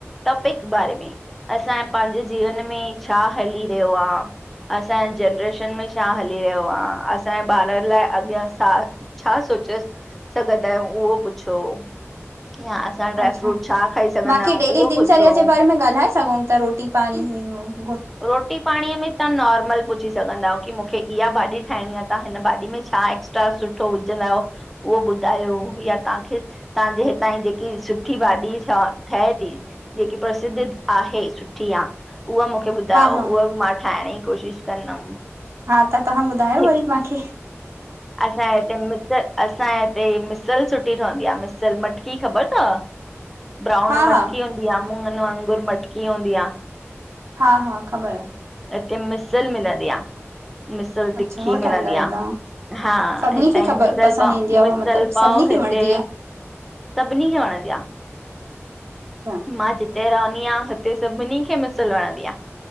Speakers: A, in the centre; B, on the right.
A: टॉपिक बारे में, असांजे पंहिंजे जीवन में छा हली रहियो आ। असांजे जनरेशन में छा हली रहियो आ, असांजे ॿारनि लाइ अॻियां छा सोचे सघंदा आयूं, उहो पुछो, यां असां ड्राई
B: अच्छा
A: फ्रूट छा खाई सघंदा
B: बाक़ी
A: आहियूं,
B: डेली
A: उहो
B: दिनचर्या
A: पुछो।
B: जे बारे में ॻाल्हाए सघऊं ता, रोटी पाणी हूं हूं।
A: रोटी पाणीअ में तां नॉर्मल पु पुछी सघंदा आयो, कि मुखे इहा भाॼी ठाहिणी आ, तहां हिन भाॼी में छा एक्स्ट्रा सुठो विझंदा आहियो। उहो ॿुधायो, या तांखे। तांजे हितां जी जेकी सुठी भाॼी ठ ठहे ती। जेकी प्रसिद्ध आहे सुठी आ, उहा मुखे ॿु त
B: हा हा
A: उहा बि मां ठाहिंण जी कोशिशि कंदमि
B: हा त तहां ॿुधायो
A: हिक
B: वरी माखे।
A: असांजे हिते मिसल, असांजे हिते मिसल सुठी ठहंदी आ, मिसल मटकी ख़बर तव? ब्राउन
B: हा
A: मटकी
B: हा
A: हुंदी आ, मुूङनि वांगुर मटकी हुंदी आ।
B: हा हा ख़बर आ।
A: हिते मिसल मिलंदी आ, मिसल तिखी
B: अच्छा हो
A: मिलंदी
B: ठाहींदा आहियो
A: आ।
B: तव्हां
A: हा
B: सभिनी
A: हितां
B: खे
A: यी
B: ख़बर
A: मिस्यल
B: पसंदि
A: पाव,
B: ईंदी आहे
A: मिस्यल
B: हो मतिलबु
A: पाव
B: सभिनी
A: हिते
B: खे वणंदी
A: सभिनी खे वणंदी आ।
B: आहे
A: मां जिते रहंदी आहियां, हुते सभिनी खे मिसल वणंदी आ।